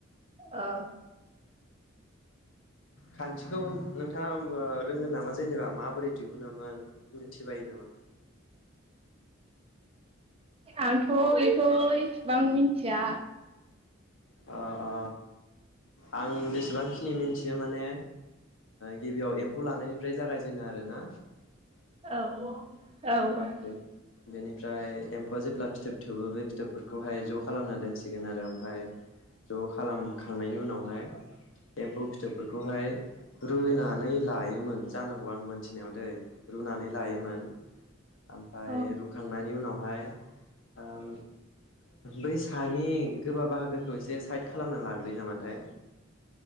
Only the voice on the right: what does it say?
ओ।
आंथ' बेखौ इसिबां मिन्थिया।
औ। औ
औ